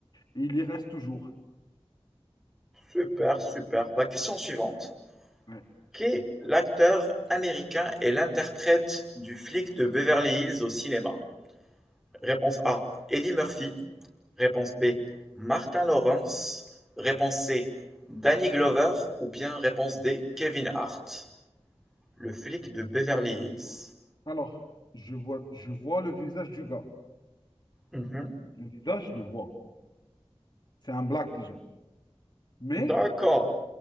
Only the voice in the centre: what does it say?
Super, super. Bah, question suivante.
Qui est l'acteur américain et l'interprète du flic de Beverly Hills au cinéma? Réponse A, Eddie Murphy. Réponse B, Martin Lawrence. Réponse C, Danny Glover. Ou bien réponse D, Kevin Hart. Le flic de Beverly Hills.
Mhm.
D'accord.